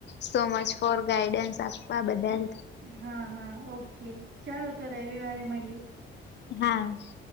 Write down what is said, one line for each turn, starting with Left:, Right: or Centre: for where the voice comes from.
Left: so much for guidance આપવા બધા
Right: હા હા ઓકે ચાલો તો રવિવારે મળીએે.
Left: હા <inaudible>